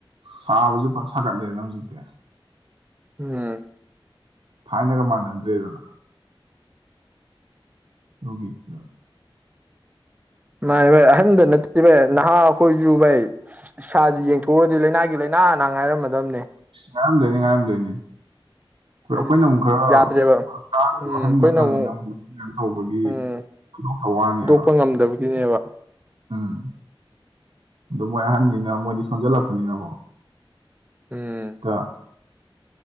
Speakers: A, on the right; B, on the right.
A: ꯁꯥꯕꯁꯨ ꯐꯠ ꯁꯥꯒꯠꯂꯦꯅ ꯍꯧꯖꯤꯛꯇꯤ
B: ꯎꯝ
A: ꯊꯥꯏꯅꯒ ꯃꯥꯟꯅꯗ꯭ꯔꯦꯗꯅ ꯔꯣꯒꯤꯠꯔ
B: ꯃꯥ ꯏꯕ ꯑꯍꯟꯗ ꯅꯠꯇꯗꯤꯕ ꯅꯍꯥ ꯑꯩꯈꯣꯏꯁꯨ ꯥꯏ ꯏꯁꯁꯤ ꯌꯦꯡꯊꯣꯛꯎꯑꯗꯤ ꯂꯥꯏꯅꯥꯒꯤ ꯂꯥꯏꯅꯥ ꯑꯅ ꯉꯥꯏꯔꯝꯃꯗꯕꯅꯦ
A: ꯉꯥꯡꯔꯝꯗꯣꯏꯅꯤ ꯉꯔꯝꯗꯣꯏꯅꯤ ꯍꯣꯏ
B: ꯍꯥꯏꯗꯤ
A: ꯑꯩꯈꯣꯏꯅ ꯑꯃꯨꯛ ꯈꯔ
B: ꯌꯥꯗ꯭ꯔꯦꯕ
A: ꯍꯛꯇꯥꯥꯡꯗ
B: ꯎꯝ
A: ꯋꯥꯍꯟ
B: ꯑꯩꯈꯣꯏꯅ
A: ꯅꯠꯇꯕꯅꯤꯅ
B: ꯑꯃꯨꯛ
A: ꯍꯒꯟ ꯊꯧꯕꯒꯤ
B: ꯎꯝ
A: ꯈꯨꯗꯣꯛꯇ ꯋꯥꯅꯦꯕ
B: ꯐꯨꯗꯣꯛꯄ ꯉꯝꯗꯕꯒꯤꯅꯦꯕ
A: ꯎꯝ ꯑ ꯃꯣꯏ ꯑꯍꯟꯅꯤꯅ ꯃꯣꯏꯗꯤ ꯁꯣꯟꯖꯜꯂꯛꯄꯅꯤꯅꯀꯣ
B: ꯎꯝ
A: ꯑ